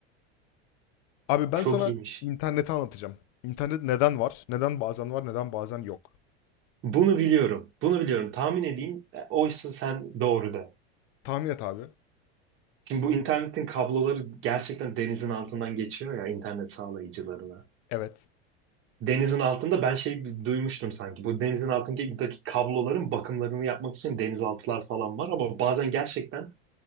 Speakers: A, on the left (about 55°); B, on the right (about 40°).
A: Abi ben
B: Çok
A: sana
B: iyiymiş.
A: interneti anlatacağım. İnternet neden var? Neden bazen var, neden bazen yok?
B: Bunu biliyorum. Bunu biliyorum. Tahmin edeyim. E, Oysa sen doğru de.
A: Tahmin et abi.
B: Şimdi bu internetin kabloları gerçekten denizin altından geçiyor ya internet sağlayıcılarına.
A: Evet.
B: Denizin altında ben şey duymuştum sanki. Bu denizin altındaki kabloların bakımlarını yapmak için denizaltılar falan var ama bazen gerçekten